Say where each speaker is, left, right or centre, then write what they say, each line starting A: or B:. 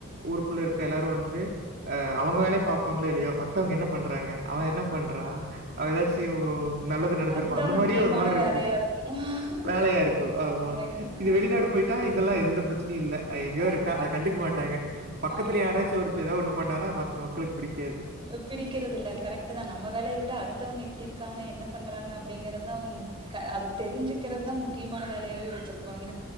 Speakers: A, on the right; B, on the right.
A: ஊருக்குள்ள இருக்க எல்லாரு வந்து அ அவுங்க வேலைய பாப்பாங்களோ இல்லையோ மத்தவங்க என்ன பண்றாங்க அவ என்ன பண்றா அதுதா <unintelligible> நல்லது நடந்திருக்கு
B: அதுதா
A: அந்த
B: முக்கியமான
A: மாரியே ஒரு மாரி இருக்கும்
B: வேலையா இருக்கு
A: வேலையா இருக்கு ஆமா
B: கரெக்ட் தான்.
A: இது வெளிநாடு
B: ஆமா.
A: போய் ட்டா இதெல்லா எந்த பிரச்சனையு இல்ல அ எங்கயோ
B: அதுதான்.
A: இருக்கா அத கண்டுக்க மாட்டாங்க பக்கத்து
B: ஆமா.
A: யாராச்சு அடுத்து ஏதோ ஒண்ணு பண்ணாத மக்களுக்கு பிடிக்காது
B: பிடிக்கிறது இல்ல கரெக்ட் தா நம்ம வேலைய விட அடுத்தவங்க எப்டி இருக்காங்க என்ன பண்றாங்க அப்டிங்கறதுதா அவுங்க முக் க அத தெரிஞ்சுக்கிறதுதா முக்கியமான வேலையாவே வச்சிருப்பாங்க